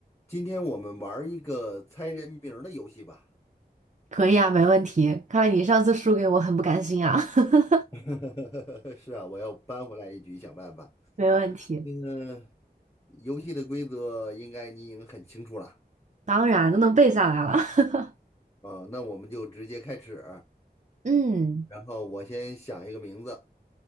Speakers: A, on the left; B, on the right.
A: 今天我们玩儿一个猜人名儿的游戏吧。
B: 可以啊，没问题。看来你上次输给我很不甘心啊，<laughs>
A: <laughs> 是啊，我要扳回来一局，想办法。
B: 没问题，
A: 那个游戏的规则应该你已经很清楚了
B: 当然都能背下来了。<laughs>
A: 啊，那我们就直接开始。
B: 嗯
A: 然后我先想一个名字，